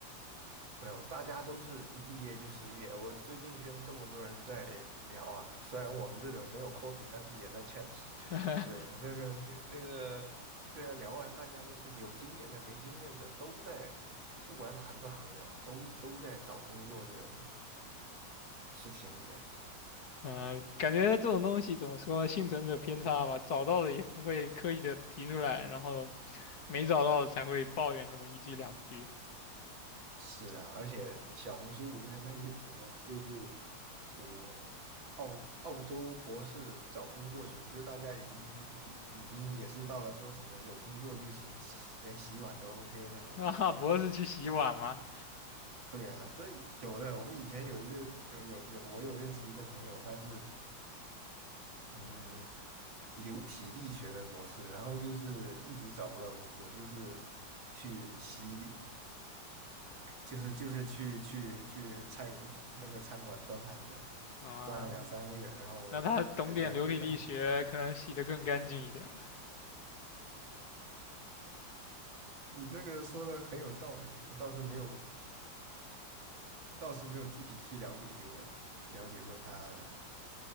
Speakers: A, on the right (about 85°); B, on the left (about 55°).
A: 没有，大家都是一毕业就失业。我最近跟这么多人在聊啊，虽然我们这种没有 coffee，但是也在 chat，
B: <laughs>
A: <laughs> 对吧？那个那那个，对啊，聊完大家都是有经验的、没经验的，都在，不管哪个行业哦，都都在找工作这种事情里。
B: 嗯，感觉这种东西怎么说，幸存者偏差吧，找到了也不会刻意的提出来，然后没找到才会抱怨那么一句两句。
A: 是啊，而且小红书里面那些群呢、就是什么澳澳洲博士找工作群，就大家已经已已经也是到了说什么有工作就行，洗连洗碗都 OK 那种。
B: <laughs> 啊，博士去洗碗吗？
A: 对啊，这有的。我们以前有一个有有有，我有认识一个朋友，他是嗯流体力学的博士，然后就是一直找不到工作，就是去洗。就是就是去去去菜那个餐馆端盘子，
B: 啊，
A: 端了两三个月，然后我人家给的。
B: 那他懂点流体力学，可能洗得更干净一点吧。
A: 你这个说的很有道理，我倒是没有，我倒是没有具体去了解过他，了解过他